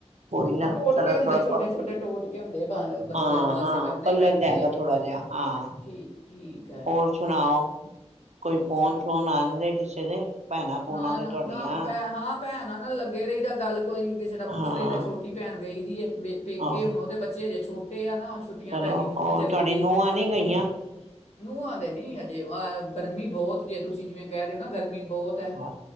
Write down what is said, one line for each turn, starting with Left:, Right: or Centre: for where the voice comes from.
Right: ਕੋਈ ਨਾ
Left: ਆ ਟੋਟਕੇ
Right: ਸਾਰਾ
Left: ਹੁੰਦੇ
Right: ਥੋੜਾ
Left: ਛੋਟੇ ਛੋਟੇ ਟੋਟਕੇ ਹੁੰਦੇ ਬ ਬੱਚਿਆਂ
Right: ਹਾਂ
Left: ਵਾਸਤੇ
Right: ਹਾਂ
Left: ਕਰਨੇ
Right: ਪਲਰ
Left: ਪੈਂਦੇ
Right: ਜਾਏਗਾ
Left: ਆ
Right: ਥੋੜਾ ਜਿਹਾ ਹਾਂ
Left: ਠੀਕ ਠੀਕ ਹੈ
Right: ਹੋਰ ਸੁਣਾਓ ਕੋਈ
Left: ਹੋਰ
Right: ਫੋਨ
Left: ਸਭ
Right: ਸ਼ੋਨ ਆਂਦੇ ਕਿਸੇ <unintelligible> ਭੂਣਾਂ
Left: ਨਾ
Right: ਦੇ
Left: ਨਾ
Right: ਤੁਹਾਡੀਆਂ
Left: ਨਾ ਭੈ ਹਾਂ ਭੈਣ ਨਾ ਲੱਗੇ ਰਹੀਦਾ ਗੱਲ ਕੋਈ ਕਿਸੇ ਦਾ ਪੁੱਛ
Right: ਹਾਂ
Left: ਲਈ ਦਾ ਛੋਟੀ ਭੈਣ ਗਈ ਦੀ ਹੈ ੇ ਪੇਕੇ
Right: ਆਹ
Left: ਹੁਣ ਉਹਦੇ ਬੱਚੇ ਹਜੇ ਛੋਟੇ ਆ ਨਾ ਛੁੱਟੀਆਂ
Right: ਚਲੋ
Left: ਪੈ ਗਈਆਂ
Right: ਹੋਰ
Left: ਉਹ ਤੇ ਚਲੀ
Right: ਤੁਹਾਡੀ
Left: ਗਈ
Right: ਨੂੰਹਾਂ
Left: ਨ
Right: ਨੀ ਗਈਆਂ
Left: ਨੂੰਹਾਂ ਦੇ ਨੀ ਹਜੇ ਗਰ ਗਰਮੀ ਬਹੁਤ ਜੇ ਤੁਸੀਂ ਜਿਵੇਂਹਿ ਰਹੇ ਹੋ ਨਾ ਗਰਮੀ ਬਹੁਤ ਹੈ
Right: ਹ